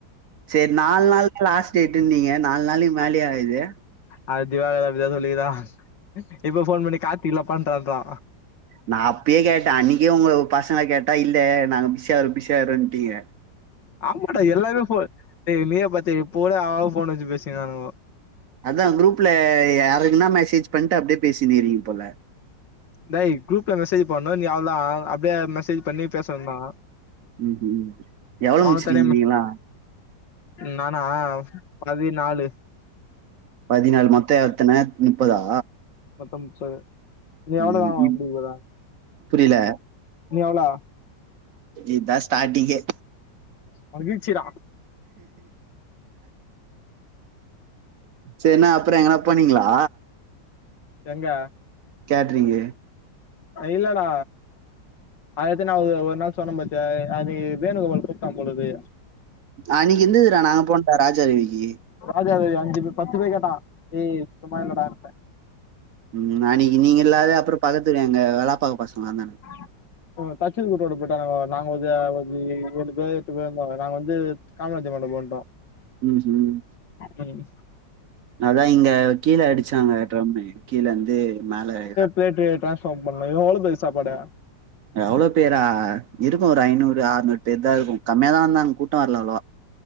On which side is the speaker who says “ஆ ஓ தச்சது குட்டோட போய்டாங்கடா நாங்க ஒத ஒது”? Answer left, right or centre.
Left